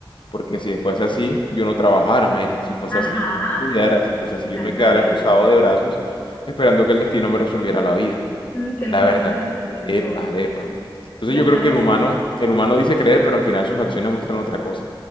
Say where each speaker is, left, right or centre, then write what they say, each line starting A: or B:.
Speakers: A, on the left; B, on the left.
A: Porque si fuese así, yo no trabajara, Mary, si fuese
B: Ajá,
A: así, yo no estudiara, si fuese
B: Exactamente.
A: así, yo me quedara cruzado de brazos esperando que el destino me resolviera la vida.
B: Mm, Que
A: La
B: el destino
A: verdad.
B: se resolviera
A: Epa,
B: todo.
A: epa. Entonces
B: Ya
A: yo
B: está,
A: creo que
B: es-
A: el humano, el humano dice creer, pero al final sus acciones muestran otra cosa.